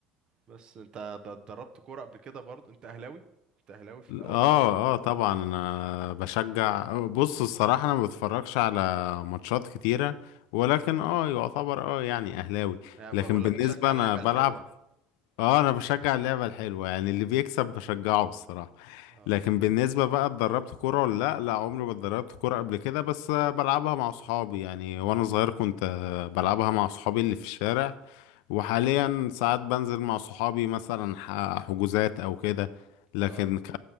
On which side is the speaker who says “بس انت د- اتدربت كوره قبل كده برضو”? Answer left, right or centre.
Right